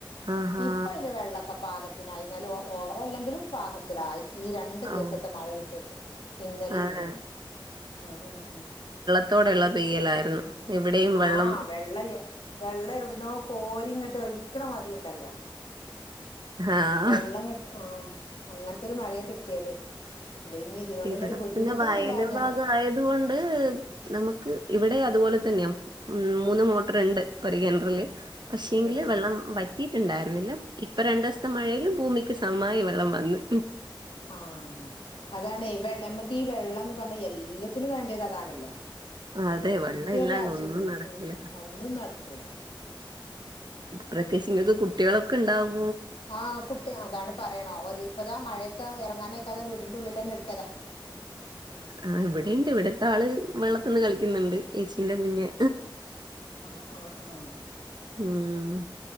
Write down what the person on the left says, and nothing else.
ഇപ്പയില് വെള്ളോക്കെ പാകത്തിനായി ന്നാലും ഓവർ അല്ലെങ്കിലും പാകത്തിലായി ഈ രണ്ടു ദിവസത്തെ
മഴ കിട്ടിയപ്പോ ഇന്നലെ
ഇന്നും ഉം ഉം ഉം
ആ വെള്ളയ വെള്ളം എവിടുന്നുോ കോരി ഇങ്ങോട്ട ഒയിക്കണ് മാതിരി ഉണ്ടല്ലോ
വെള്ളം കെ ആ അങ്ങനത്തെരു മഴയ കിട്ടിയത് ഇത് ഇനി ഇതിനോടുള്ളൊരു
ബുദ്ധിമുട്ടൊന്നുമില്ല
ഞാൻ
മതി.
ഉം ഉം
ആ അതാണ് നമക്ക് വെള്ളം എന്ന് പറഞ്ഞാ എല്ലാത്തിനും വേണ്ടത് അതാണല്ലോ
എന്തൊരാവശ്യത്തിന്
ഉ അന്നും നടക്കൂല
ആ കുട്ടി അതാണ് പറയണോ ഒരു ഇപ്പതാ മഴയത്തെ ഇറങ്ങാനൊക്കാതെ ട്ടിന്റെ ഉള്ളിൽന്നെ ഇട്ടതാ
ആ ആ ആ